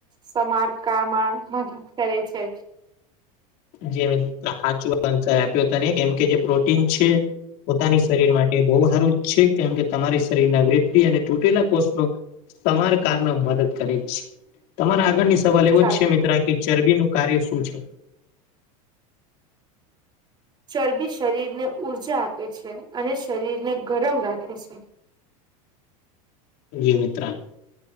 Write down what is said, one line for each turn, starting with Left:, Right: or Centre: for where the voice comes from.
Right: સમારકામાં મદદ કરે છે
Left: જે મિત્ર હાચુ આન્સર આપ્યો તને કેમ કે જે પ્રોટીન છે પોતાની શરીર માટે બહુ સારું છે કેમ કે તમારી શરીર ના વૃદ્ધ તૂટેલા કોષનો સમાર કાર મદદ કરે છે તમારા આગળની સવાલ એવો
Right: સારું
Left: જ છે મિત્ર કે ચરબીનું કાર્ય શું છે
Right: ચરબી શરીર ને ઊર્જા આપે છે અને શરીરને ગરમ રાખે છે
Left: એ મિત્રા